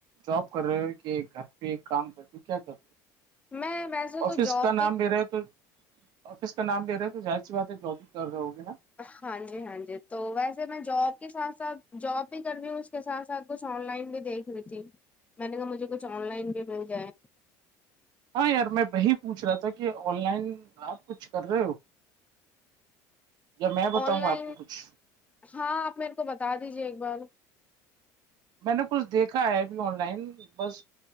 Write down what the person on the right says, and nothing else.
جاب کر رہے ہو کہ گھر پہ ایک کام کرتی کیا کر
آفس
کا نام بھی رہے تو آفس کا نام لے رہے ہیں تو اہر سی بات ہے جو بھی کر رہے ہوگے نا
ہاں یار میں وہی پوچھ رہا تھا کہ آن لائن آپ کچھ کر رہے ہو میں بتاؤں
آپ کو کچھ
میں نے کچھ دیکھا ہے اب آن لائن بس